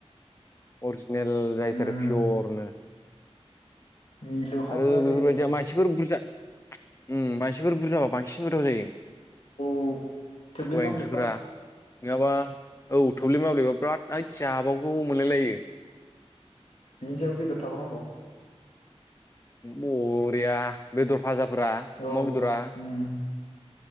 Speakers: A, on the left; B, on the left.
A: अरिजिनेल जायोथारो
B: उम
A: पियरनो
B: मिलौहाबलायलायो
A: आरो बेफोरबायदिया
B: आरो
A: मानसिफोर बुरजा उम मानसिफोर बुरजाबा बा इसिं गोथाव जायो।
B: औ थोब्ले
A: सबाय
B: माब्लेबबा
A: ओंख्रिफोरा नङाबा औ थब्लि माब्लेबा बिराद आयद जाबाबौ मोनलाय लायो।
B: बिनिसायाव बेदर थाब नांगौ।
A: बरिया बेदर फाजाफ्रा
B: औ
A: अमा बेदरा
B: उम